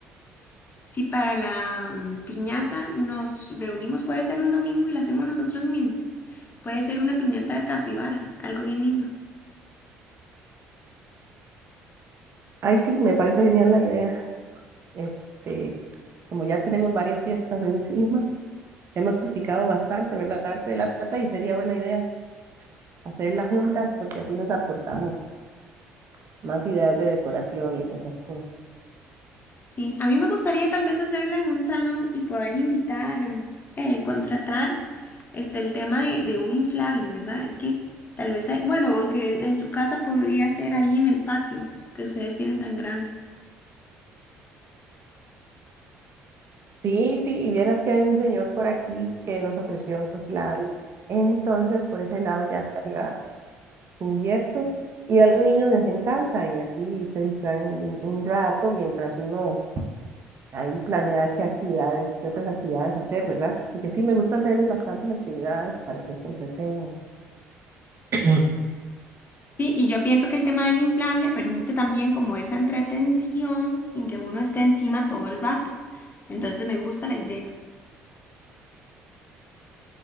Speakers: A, on the left; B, on the right.
A: si para la mm, piñata nos reunimos, puede ser un domingo y la hacemos nosotros mismos? Puede ser una piñata de capibara, algo bien lindo.
B: Ay, sí, me parece genial la idea. Este, como ya tenemos varias fiestas encima, hemos practicado bastante, ¿verdad? El arte de la plata y sería buena idea hacerlas juntas porque así nos aportamos más ideas de decoración y esas cosas.
A: Sí, a mí me gustaría tal vez hacerla en un salón y poder invitar, eh, contratar este, el tema de, de un inflable, ¿verdad? Es que tal vez hay, bueno, aunque en su casa podría ser ahí en el patio que ustedes tienen tan grande.
B: Sí, sí, y vieras que hay un señor por aquí que nos ofreció un clave. Entonces, por ese lado ya estaría cubierto. Y a los niños les encanta y así se distraen un, un rato mientras uno ahí planea qué actividades, qué otras actividades hacer, ¿verdad? Porque sí, me gusta hacerles bastantes actividades para que se entretengan. <clears throat>
A: Sí, y yo pienso que el tema del inflable permite también como esa entretención sin que uno esté encima todo el rato. Entonces me gusta la idea.